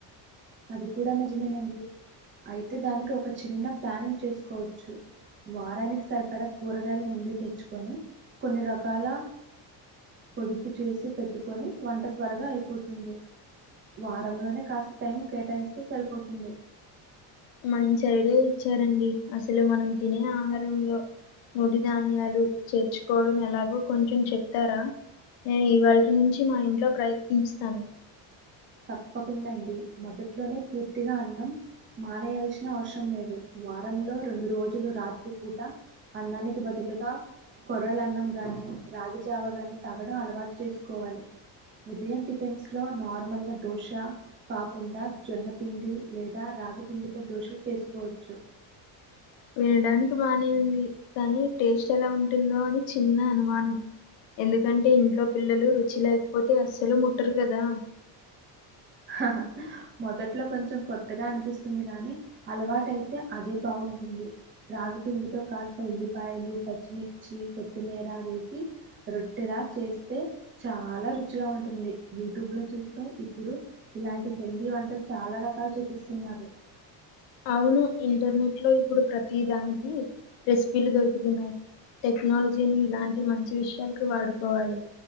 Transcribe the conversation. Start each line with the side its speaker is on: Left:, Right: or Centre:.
Right: అది కూడా నిజమేనండి అయితే దానికి ఒక చిన్న ప్లానింగ్ చేసుకోవచ్చు వారానికి సరిపడా కూరగాయలు ముందే తెచ్చుకొని కొన్ని రకాల పొదుపు చేసి పెట్టుకొని వంట త్వరగా అయిపోతుంది వారంలోనే కాస్త టైం కేటాయిస్తే సరిపోతుంది
Left: మంచి ఐడియా ఇచ్చారండి అసలు మనం తినే ఆహారంలో ముడిధాన్యాలు చేర్చుకోవడం ఎలాగో కొంచెం చెప్తారా నేను ఇవాల్టి నుంచి మా ఇంట్లో ప్రయత్నిస్తాను
Right: తప్పకుండా అండి మొదట్లోనే పూర్తిగా అన్నం మానేయాల్సిన అవసరం లేదు వారంలో రెండు రోజులు రాత్రి పూట అన్నానికి బదులుగా కొర్రల అన్నం గాని రాగిజావ గాని తాగడం అలవాటు చేసుకోవాలి ఉదయం టిఫెన్స్ లో నార్మల్ గా దోశ కాకుండా జొన్నపిండి లేదా రాగిపిండితో దోషలు చేసుకోవచ్చు
Left: వినడానికి బానే ఉంది కానీ టేస్ట్ ఎలా ఉంటుందో అని చిన్న అనుమానం ఎందుకంటే ఇంట్లో పిల్లలు రుచి లేకపోతే అస్సలు ముట్టరు కదా
Right: హహ మొదట్లో కొంచెం కొత్తగా అనిపిస్తుంది గానీ అలవాటైతే అదే బాగుంటుంది రాగిపిండితో కాస్త ఉల్లిపాయలు పచ్చిమిర్చి కొత్తిమీర వేసి రొట్టెలా చేస్తే చాలా రుచిగా ఉంటుంది యూట్యూబ్ లో చూస్తే ఇప్పుడు ఇలాంటి హెల్తీ వంటలు చాలా రకాలు చూపిస్తున్నారు
Left: అవును ఇంటర్నెట్ లో ఇప్పుడు ప్రతి దానికి రెసిపీలు దొరుకుతున్నాయి టెక్నాలజీని ఇలాంటి మంచి విషయాలకు వాడుకోవాలి